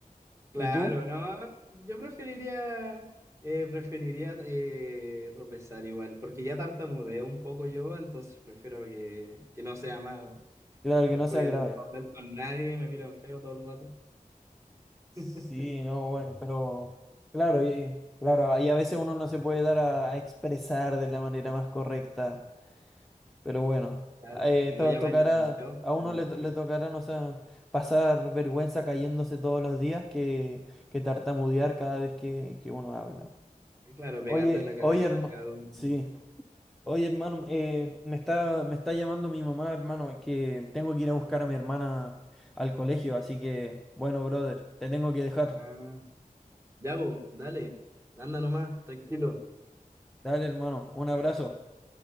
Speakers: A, on the right; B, in the centre.
A: Claro,
B: ¿Y tú?
A: no. Yo preferiría, eh, preferiría eh, tropezar igual, porque ya tartamudeo un poco yo, entonces prefiero que, que no sea más.
B: Claro
A: Después
B: que no sea grave.
A: de no puedo hablar con nadie, me miran feo todo el rato.
B: Sí,
A: <laughs>
B: no, bueno, pero claro, y, claro, y a veces uno no se puede dar a, a expresar de la manera más correcta, pero bueno,
A: Claro,
B: eh,
A: y no
B: to-
A: llamáis
B: tocará,
A: la atención,
B: a
A: pues,
B: uno le, to-
A: feo.
B: le tocará, no sé, pasar vergüenza cayéndose todos los días que, que tartamudear cada vez que, que uno habla.
A: Claro, pegarme
B: Oye,
A: en la cabeza
B: oye, hermano,
A: cada dos minutos.
B: sí, oye, hermano, eh, me está, me está llamando mi mamá, hermano, que tengo que ir a buscar a mi hermana al colegio, así que, bueno, brother, te tengo que dejar.
A: Ah, ya, vos, dale. Anda nomás, tranquilo.
B: Dale, hermano, un abrazo.